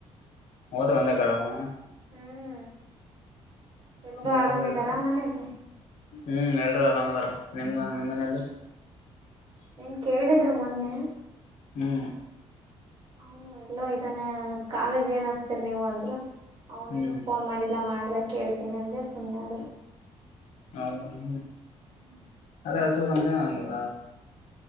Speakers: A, on the left (about 75°); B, on the right (about 45°).
A: ತ್ ಬಂದ ಕೇಳೋಣ
B: ಹ್ಮ್ ಎಲ್ರೂ
A: ಬೇರೆ
B: ಆರಾಮಿದಾರ
A: ಬೇರೆ
B: ಮನೆಯಲ್ಲ
A: ಹ್ಮ್ ಎಲ್ಲರೂ ಆರಾಮ್ ಅದಾರ ನಿಮ್ಗ ನಿಮ್ ಮನೆಯಲ್ಲಿ
B: ನಿನ್ನ ಕೇಳಿದರು ಮೊನ್ನೆ
A: ಹ್ಮ್
B: ಅವನ ಎಲ್ಲೋ ಇದ್ದಾನೆ ಅವನಗ ಕಾಲೇಜ್ ಏನ್ ಹಸ್ತೀರ ನೀವು ಅಂದ್ರು ಅವನೇನು
A: ಹ್ಮ್
B: ಫೋನ್ ಮಾಡಿಲ್ಲ ಮಾಡಿದ್ರೆ ಕೇಳ್ತಿನಿ ಅಂದ್ರೆ ಸುಮ್ಮನೆ ಆದ್ರ
A: ಹೌ ಹ <unintelligible>
B: ಹ್ಮ್ <inaudible>
A: ಅ ಒತ್ತ